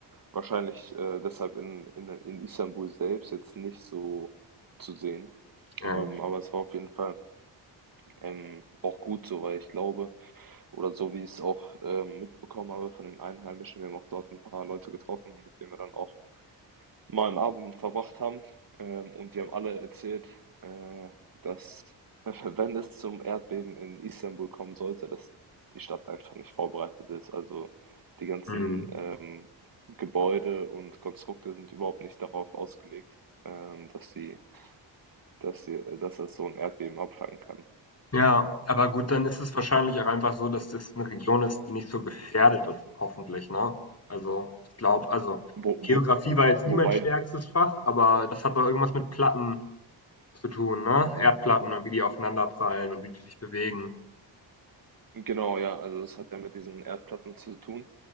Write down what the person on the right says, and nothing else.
wahrscheinlich äh, deshalb in, in, in Istanbul selbst jetzt nicht so zu sehen.
Ähm,
aber es war auf jeden Fall ähm, auch gut so, weil ich glaube, oder so wie ich es auch ähm, mitbekommen habe von den Einheimischen, wir haben auch dort ein paar Leute getroffen, mit denen wir dann auch mal 'n Abend verbracht haben, ähm, und die haben alle erzählt, äh, dass <laughs> wenn es zum Erdbeben in Istanbul kommen sollte, dass die Stadt einfach nicht vorbereitet ist. Also, die ganzen,
ähm, Gebäude und Konstrukte sind überhaupt nicht darauf ausgelegt, ähm, dass sie dass sie dass es so ein Erdbeben abfangen kann.
Wo
wo
wobei
Genau, ja, also es hat ja mit diesen Erdplatten zu tun.